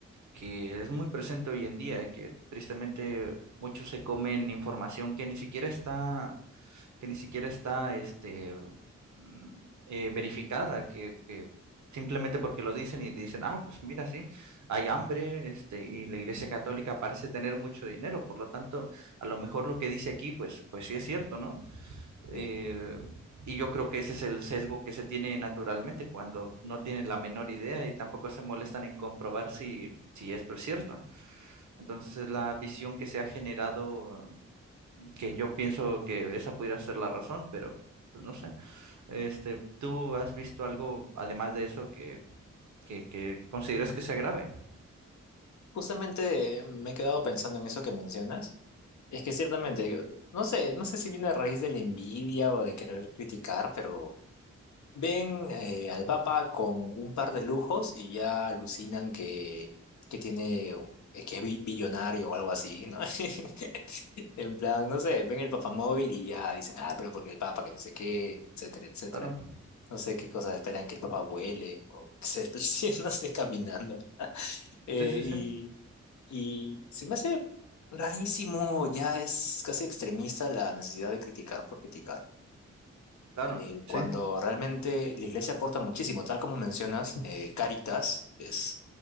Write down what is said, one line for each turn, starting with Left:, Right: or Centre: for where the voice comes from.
Right: que es muy presente hoy en día y que tristemente muchos se comen información que ni siquiera está que ni siquiera está este, mm, eh, verificada, que, que simplemente porque lo dicen y dicen, ah, pues mira, sí, hay hambre, este, y la Iglesia Católica parece tener mucho dinero, por lo tanto, a lo mejor lo que dice aquí, pues, pues sí es cierto, ¿no?
Left: Sí.
Right: Eh, y yo creo que ese es el sesgo que se tiene naturalmente cuando no tienen la menor idea y tampoco se molestan en comprobar si, si esto es cierto. Entonces es la visión que se ha generado que yo pienso que esa pudiera ser la razón, pero pues, no sé. Este, ¿tú has visto algo además de eso que, que, que consideres que sea grave?
Left: Justamente eh, me he quedado pensando en eso que mencionas. Es que ciertamente, no sé, no sé si viene a raíz de la envidia o de querer criticar, pero Ven eh, al Papa con un par de lujos y ya alucinan que, que tiene, eh, que es bi- billonario o algo así, ¿no? <laughs> En plan, no sé, ven el Papa móvil y ya dicen, ah, pero porque el Papa, que no sé qué, etcétera, etcétera.
Right: Claro.
Left: No sé qué cosas esperan que el Papa vuele o <laughs> que se desplace, <laughs> no sé, caminando. Eh,
Right: Sí, sí,
Left: y,
Right: sí.
Left: y se me hace rarísimo, ya es casi extremista la necesidad de criticar por criticar
Right: Claro.
Left: eh, cuando
Right: Sí.
Left: realmente la iglesia aporta muchísimo, tal como mencionas, eh, Caritas es,